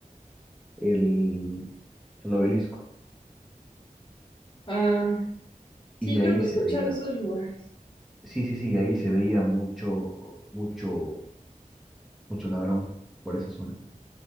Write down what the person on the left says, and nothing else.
Ah, sí,
creo que
he escuchado
esos lugares.